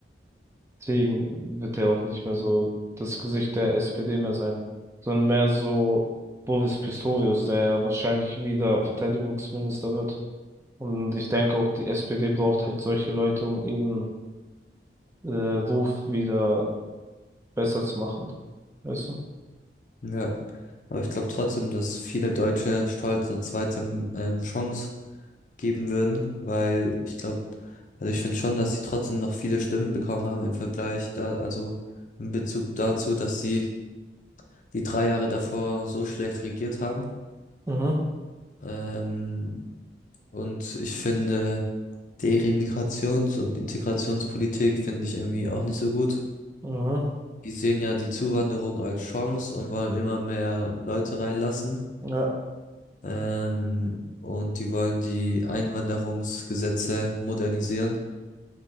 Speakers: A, on the right (about 15°); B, on the left (about 45°).
A: Deswegen wird er auch nicht mehr so das Gesicht der SPD mehr sein, sondern mehr so Boris Pistorius, der ja wahrscheinlich wieder Verteidigungsminister wird. Und ich denke auch, die SPD braucht halt solche Leute, um ihren äh, Ruf wieder besser zu machen. Weißt du?
B: Ja, aber ich glaube trotzdem, dass viele Deutsche Stolz eine zweite ähm, Chance geben würden, weil ich glaube, also ich finde schon, dass sie trotzdem noch viele Stimmen bekommen haben im Vergleich da, also in Bezug dazu, dass sie die drei Jahre davor so schlecht regiert haben.
A: Mhm,
B: Ähm, und ich finde, deren Migrations- und Integrationspolitik finde ich irgendwie auch nicht so gut.
A: mhm,
B: Die sehen ja die Zuwanderung als Chance und wollen immer mehr Leute reinlassen.
A: ja,
B: Ähm, und die wollen die Einwanderungsgesetze modernisieren,